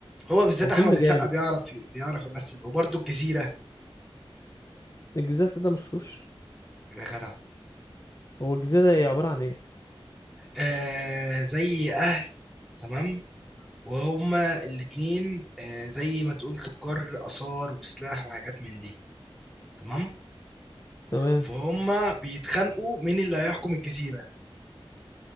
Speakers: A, in the centre; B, on the left.
A: هو بالذات
B: هو فيلم
A: احمد السقا
B: جامد
A: بيعرف بيعرف يمثل وبرده الجزيره
B: الجزيرة السوداء ما شفتوش
A: يا جدع
B: هو الجزيرة هي عبارة عن ايه
A: آه زي اهل تمام وهما الاتنين آه، زي ما تقول تجار آثار وسلاح وحاجات من دي تمام
B: تمام
A: فهم بيتخانقوا مين اللي هيحكم الجزيرة